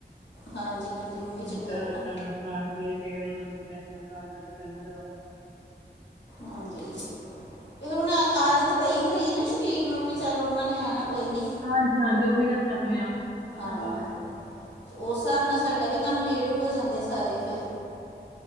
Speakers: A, on the left (about 85°); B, on the right (about 60°).
A: ਹਾਂਜੀ-ਹਾਂਜੀ ਉਹੀ ਚੱਕਰ
B: ਚਾਰ
A: ਹੈ ਨਾ।
B: ਘਰ ਕਰਕੇ ਫ਼ਿਰ ਉਹਨਾਂ ਨੇਂ ਕਿੱਤੇ ਆਪਣਾਂ ਘਰ ਜਾਣਾ ਕਰਨਾਂ ਦੁਬਾਰਾ।
A: ਹਾਂਜੀ। ਏਂ ਹੁਣ ਆਦਤ ਪਈ ਹੋਈ ਹੈਂ ਨਾ ਸ਼ਰੀਰ ਨੂੰ ਪਈ ਚੱਲ ਉਹਨਾਂ ਨੇਂ ਆਉਣਾਂ ਕੋਈ ਨੀਂ।
B: ਹਾਂਜੀ ਹਾਂਜੀ ਉਹੀ ਨਾ ਫ਼ਿਰ ਆਪਣੇਂ ਆਪ ਨੂੰ ਹੋਰ ਤਰ੍ਹਾਂ
A: ਹਾਂ
B: ਥੋੜਾਂ
A: ਉਸ ਸਾਬ ਨਾਲ਼ ਸਾਡਾ ਵੀ ਕੰਮ ਲੇਟ ਹੋ ਜਾਂਦੇਂ ਸਾਰੇ ਫ਼ਿਰ।